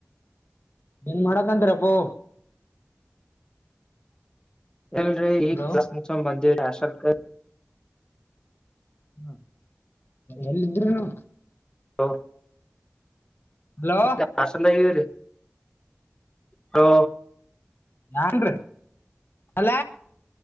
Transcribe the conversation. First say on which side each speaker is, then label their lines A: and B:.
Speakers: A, on the left; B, on the left.
A: ಏನ್ ಮಾಡಕಂತರಪ್ಪೋ
B: ಎಲ್ರರಿ
A: ಹಲೋ
B: ದ ಮು ಬಂದಿರ ಸರ್ಕ
A: ಹ್ಮ ಎಲ್ಲಿದ್ರುನು
B: ಹಾ
A: ಹಲೋ
B: ಎ ಆಷಂತೈವರಿ ಹ
A: ನನ್ ಅಲ